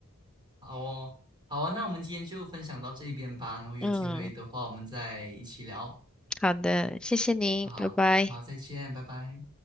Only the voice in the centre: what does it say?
嗯，
好的，谢谢您，
拜拜。